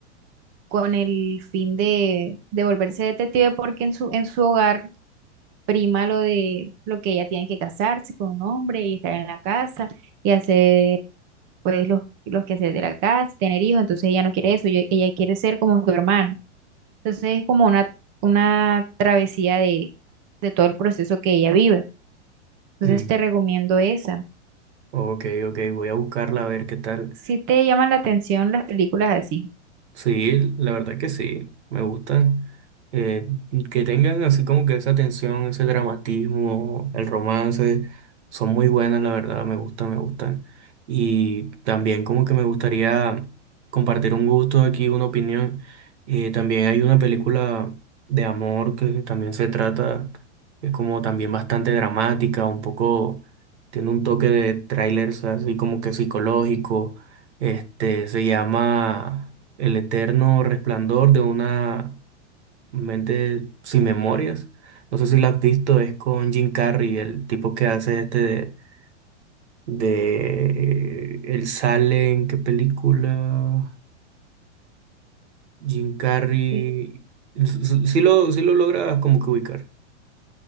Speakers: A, on the right; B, on the right.
A: con el fin de, de volverse detective porque en su, en su hogar prima lo de lo que ella tiene que casarse con un hombre y estar en la casa y hacer pues los, los quehaceres de la casa, tener hijos, entonces ella no quiere eso, ella ella quiere ser como su hermano. Entonces es como una, una travesía de, de todo el proceso que ella vive. Entonces
B: mm,
A: te recomiendo esa.
B: ok, ok, voy a buscarla a ver qué tal.
A: Si te llaman la atención las películas así.
B: Sí, la verdad que sí, me gustan. eh, que tengan así como que esa tensión, ese dramatismo, el romance, son muy buenas, la verdad, me gustan, me gustan. Y también como que me gustaría compartir un gusto aquí, una opinión. Eh, también hay una película de amor que también se trata, es como también bastante dramática, un poco, tiene un toque de trailers así como que psicológico. Este, se llama... El eterno resplandor de una mente sin memorias. No sé si la has visto, es con Jim Carrey, el tipo que hace este de, de él sale en qué película. Jim Carrey.
A: Sí.
B: Si lo, sí lo logras como que ubicar.